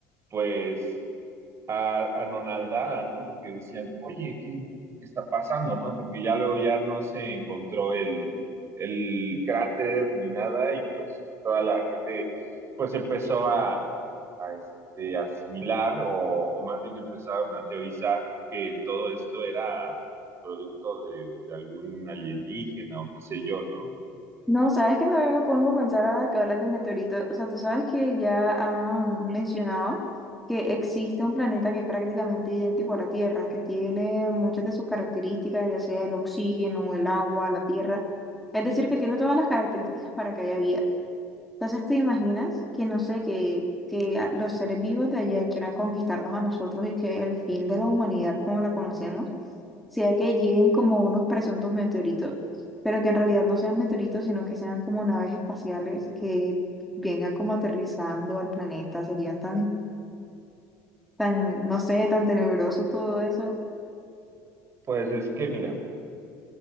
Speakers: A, on the right; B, in the centre.
A: pues a- anonadada, ¿no? Porque decían, oye, ¿qué, qué está pasando, no? Porque ya luego ya no se encontró el, el cráter ni nada y pues toda la gente pues empezó a, a, este, asimilar o, o más bien empezaron a teorizar que todo esto era producto de, de algún alienígena o qué sé yo, ¿no?
B: No, sabes que también me pongo a pensar ahora que hablas de meteoritos. O sea, tú sabes que ya han mencionado que existe un planeta que es prácticamente idéntico a la Tierra, que tiene muchas de sus características, ya sea el oxígeno, el agua, la tierra. Es decir, que tiene todas las características para que haya vida. Entonces, ¿te imaginas que, no sé, que, que a- los seres vivos de allá quieran conquistarnos a nosotros y que el fin de la humanidad como la conocemos sea que lleguen como unos presuntos meteoritos, pero que en realidad no sean meteoritos, sino que sean como naves espaciales que vengan como aterrizando al planeta? Sería tan, tan, no sé, tan tenebroso todo eso.
A: Pues es que mira.